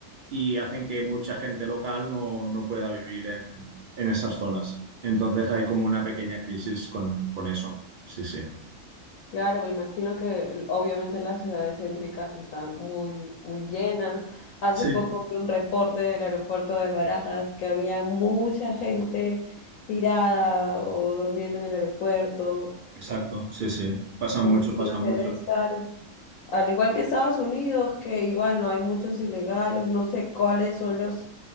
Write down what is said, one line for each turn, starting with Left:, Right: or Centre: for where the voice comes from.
Right: y hacen que mucha gente local no, no pueda vivir en, en esas zonas. Entonces hay como una pequeña crisis con, con eso. Sí, sí.
Left: Claro, me imagino que el- obviamente las ciudades céntricas están muy, muy llenas. Hace
Right: Sí,
Left: poco vi un reporte del aeropuerto de Barajas que había mucha gente tirada o durmiendo en el aeropuerto.
Right: exacto. Sí, sí. Pasa mucho,
Left: Me imagino
Right: pasa mucho.
Left: que debe estar, al igual que Estados Unidos, que igual no hay muchos ilegales, no sé cuáles son los